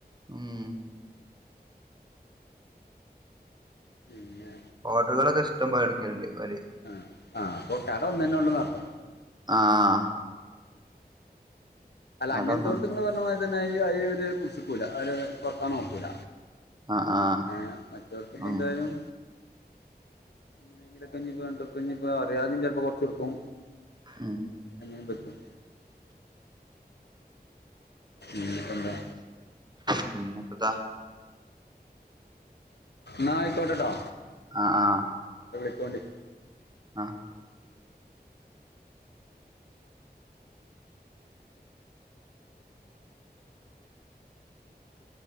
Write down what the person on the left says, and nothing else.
പിന്നെ
ആഹ് ആഹ് അപ്പൊ കട ഒന്നു ന്നെ ഉള്ളൂന്ന് അർത്ഥം
അല്ല അങ്ങൻതോട്ത്
നിങ്ങൾ പറഞമാതിരി ന്നെ ഈ ഒരു പിടിച്ചുക്കൂല അവര് കുറക്കാൻ നോക്കൂല
ഏഹ് മറ്റവർക്ക് ഇപ്പ
എന്തായാലും എങ്ങനെങ്കിലൊക്കെ ഇഞ് രണ്ട് ർപ്യ ഇഞ് പ്പം അറിയാതിമ്‌ ചെലപ്പം കൊറച്ചൊടുക്കും
അങ്ങനെ പറ്റും ഇനിയിപ്പോൾ എന്താ
ന്നാ ആയ്ക്കോട്ടട്ടോ
വിളിക്കൊണ്ടി